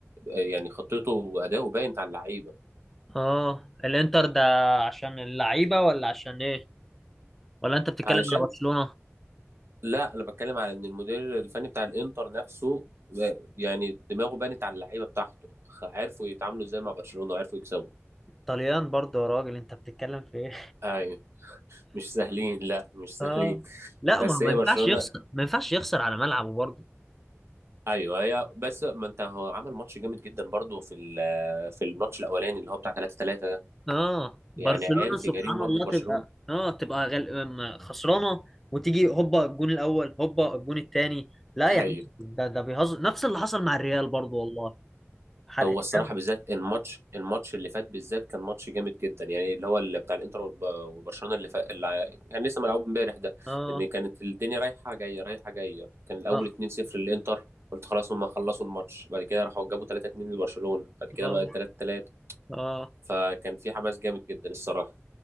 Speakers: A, on the right; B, in the centre.
A: يعني خطته واداؤه باين على اللعيبه
B: اه الانتر ده عشان اللعيبة ولا عشان ايه ولا انت بتتكلم
A: علشان
B: على برشلونة
A: لا انا بتكلم على ان المدير الفني بتاع الانتر نفسه آه، يعني دماغه بانت على اللعيبه بتاعته خ- عرفوا يتعاملوا ازاي مع برشلونه وعرفوا يكسبوا
B: طليان برضه يا راجل انت بتتكلم في ايه
A: ايوه مش سهلين لا مش سهلين
B: اه لا
A: بس
B: ما هو ما
A: هي
B: ينفعش
A: برشلونه
B: يخسر ما ينفعش يخسر على ملعبه برضه
A: ايوه هي بس ما انت هو عمل ماتش جامد جدا برضو في ال- في الماتش الاولاني اللي هو بتاع 3 3 ده
B: اه برشلونة
A: يعني عارف
B: سبحان
A: يجاريهم برضو
B: الله
A: في برشلونه
B: تبقى اه تبقى غل... م- خسرانة وتيجي هوبا الجون الأول هوبا الجون الثاني لا
A: <laughs>
B: يا عم
A: ايوه
B: ده ده بيهزر نفس اللي حصل مع الريال برضو والله حرق
A: هو
B: الدم
A: الصراحة بالذات الماتش الماتش اللي فات بالذات كان ماتش جامد جدا يعني اللي هو اللي بتاع الانتر وب- وبرشلونة اللي فات اللي ع- كان لسه ملعوب امبارح ده
B: اه
A: ان كانت الدنيا رايحة جاية رايحة جاية كان الاول
B: اه
A: 2-0 للانتر قلت خلاص هم خلصوا الماتش بعد كده راحوا جابوا 3-2 لبرشلونة بعد كده
B: اه
A: بقى 3-3
B: اه
A: فكان في حماس جامد جدا الصراحة